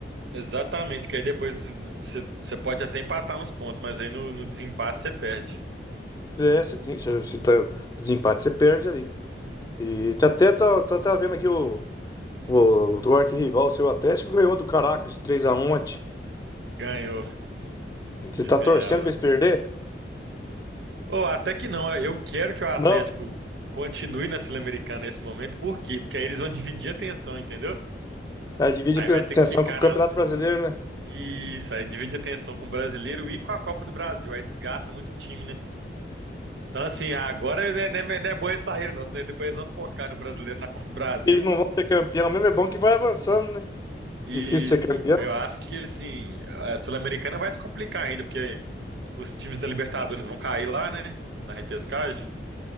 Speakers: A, on the right (about 75°); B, on the left (about 20°).
A: Exatamente, que aí depois você você pode até empatar uns pontos, mas aí no, no desempate você perde.
B: É, se, desen- se, se tá desempate você perde ali. E tá até tá, tá, tá vendo aqui o o, o arquirrival, o seu Atlético ganhou do Caracas de 3 a um ontem.
A: Ganhou.
B: Você
A: Eles
B: tá
A: ganharam
B: torcendo pra
A: ontem.
B: eles perder?
A: Ou até que não, eu quero que o Atlético
B: Não.
A: continue na Sul-Americana nesse momento, por quê? Porque aí eles vão dividir a atenção, entendeu?
B: Aí divide
A: Aí vai
B: a atenção
A: ter que ficar
B: com o Campeonato
A: na.
B: Brasileiro, né?
A: Isso, aí divide a atenção com o brasileiro e com a Copa do Brasil. Aí desgasta muito o time, né? Então, assim, agora não é, não é- não é bom eles saírem, não, senão depois eles vão focar no brasileiro na Copa do Brasil.
B: Eles não vão ser campeão mesmo, é bom que vai avançando, né?
A: Isso,
B: Difícil ser campeão.
A: eu acho que, assim, a Sul-Americana vai se complicar ainda, porque os times da Libertadores vão cair lá, né, na repescagem.